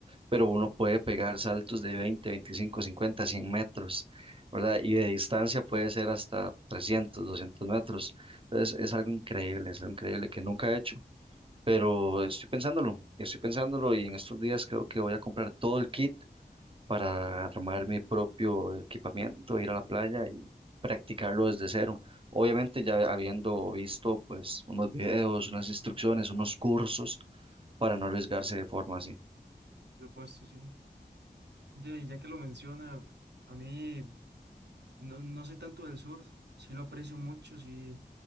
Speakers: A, on the right (about 30°); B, on the right (about 85°).
A: pero uno puede pegar saltos de 20, 25, 50, 100 metros, ¿verdad? Y de distancia puede ser hasta 300, 200 metros. Entonces es algo increíble, es algo increíble que nunca he hecho, pero estoy pensándolo, estoy pensándolo y en estos días creo que voy a comprar todo el kit para armar mi propio equipamiento, ir a la playa y practicarlo desde cero. Obviamente ya habiendo visto pues unos videos, unas instrucciones, unos cursos para no arriesgarse de forma así.
B: por supuesto, sí. Ye- ya que lo menciona, a mí no, no soy tanto del surf, sí lo aprecio mucho, sí,